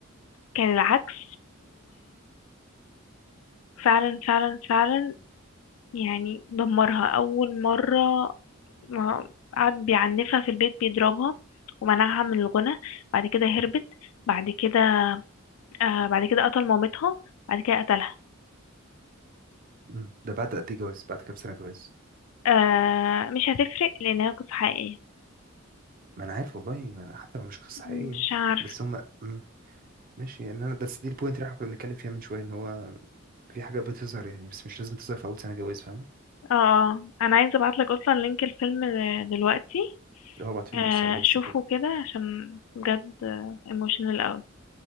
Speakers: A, on the left (about 80°); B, on the right (about 45°).
A: كان العكس فعلا فعلا فعلا يعني دمرها أول مرة ما قعد بيعنفها في البيت بيضربها ومنعها من الغنى بعد كده هربت بعد كده آه بعد كده قتل مامتها بعد كده قتلها
B: مم. ده بعد قد ايه جواز بعد كام سنة جواز
A: آه مش هتفرق لأنها قصة حقيقية
B: ما انا عارف والله ما انا حتى لو مش قصة
A: مش
B: حقيقية يعني.
A: عارف
B: بس هم مم. ماشي يعني انا ده دي البوينت اللي احنا كنا بنتكلم فيها من شوية ان هو في حاجة بتظهر يعني بس مش لازم تظهر في اول سنة جواز فاهم
A: اه آه. أنا عايزة أبعتلك أصلا لينك الفيلم دلوقتي
B: اه بعتولي
A: آه
B: ابص عليه بس
A: شوفه
B: كده
A: كده عشان بجد آه، emotional أوي